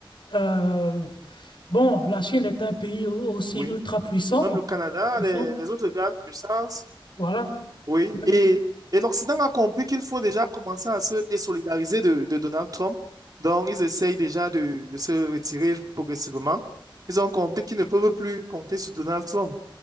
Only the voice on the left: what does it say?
Euh, bon, la Chine est un pays au- aussi
ultra puissant,
ultra puissant,
voilà.
Mais-